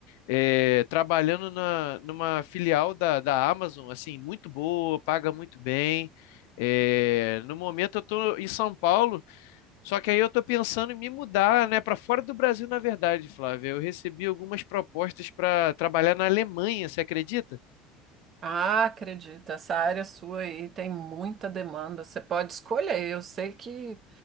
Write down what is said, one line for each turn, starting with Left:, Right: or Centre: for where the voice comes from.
Left: é, trabalhando na, numa filial da, da Amazon, assim, muito boa, paga muito bem. É, no momento eu tô em São Paulo. Só que aí eu tô pensando em me mudar, né, para fora do Brasil, na verdade, Flávia. Eu recebi algumas propostas para trabalhar na Alemanha, você acredita?
Right: Ah, acredito, essa área sua aí tem muita demanda. Você pode escolher, eu sei que